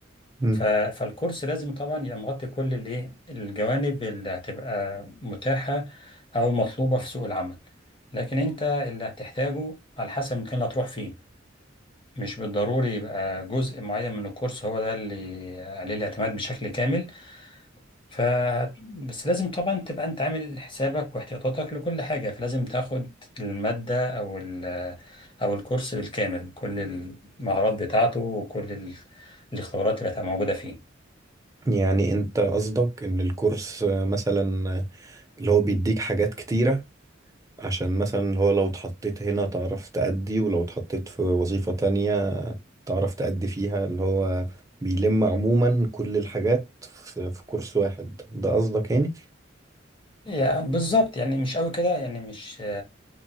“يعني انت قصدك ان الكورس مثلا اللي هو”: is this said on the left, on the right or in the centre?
Right